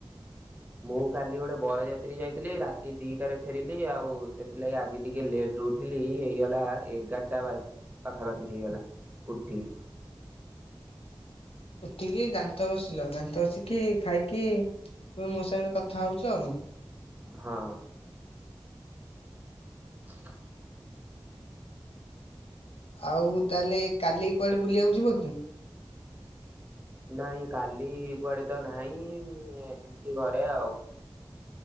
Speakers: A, on the right; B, on the left.
A: ମୁଁ କାଲି ଗୋଟେ ବରଜା ତ୍ରି ଯାଇଥିଲି ରାତି ଦୁଇଟାରେ ଫେରିଲି ଆଉ ସେଥିଲାଗି ଆଜି ଟିକେ ଲେଟ୍ ରେ ଉଠିଲି ହେଇଗଲା ଏଗାର ତା ବାଦ ପାଖାପାଖି ହେଇଗଲା ଉଠିଲି।
B: ଉଠିକି ଦାନ୍ତ ଘଷିଲ ଦାନ୍ତ ଘଷିକି ଖାଇକି ତୁମେ ସାଙ୍ଗରେ କଥା ହଉଚ ଆଉ।
A: ହଁ <inaudible>
B: ଆଉ ତାହେଲେ କାଲି କୁଆଡ଼େ ବୁଲିବାକୁ ଯିବ କି?
A: ନାଇଁ କାଲି କୁଆଡେ ତ ନାହିଁ ଏମିତି ଘରେ ଆଉ।